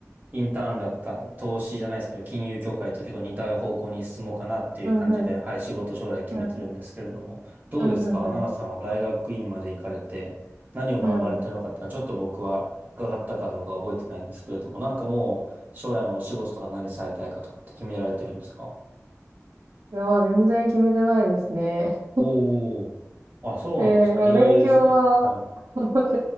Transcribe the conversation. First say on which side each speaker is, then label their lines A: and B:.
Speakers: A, on the right; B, on the right.
A: インターンだった、投資じゃないですけど、金融業界と結構似た方向に進もうかなっていう感じで、
B: うんうん。
A: はい、仕事将来決めてるんですけれども、
B: う
A: どうですか奈々さんは大学院まで行かれて、
B: んうんうん。
A: 何を学ばれてるのかっていうのは、
B: うん。うん
A: ちょっと僕は伺ったかどうか覚えてないんですけれども、なんかもう、将来のお仕事とか何されたいかとかって決められてるんですか
B: いやー、全然決めてないですね。
A: おー。あ、
B: <laughs>
A: そうなんですね。
B: えー、まあ勉強は、
A: 意外ですね。はい。
B: <laughs>